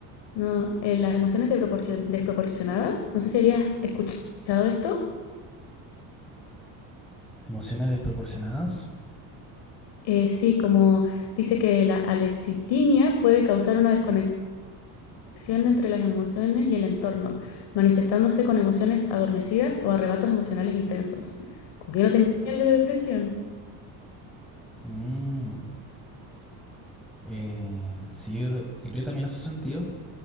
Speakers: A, on the left (about 70°); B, in the centre.
A: ¿no? Eh, las emociones de proporcion- desproporcionadas, no sé si habías escuchado esto.
B: Emociones desproporcionadas.
A: Eh, sí, como dice que la alexitimia puede causar una desconexión conexión entre las emociones y el entorno, manifestándose con emociones adormecidas o arrebatos emocionales intensos. Como que yo no tenía el de depresión.
B: Mm, eh, sí, yo creo yo creo que también hace sentido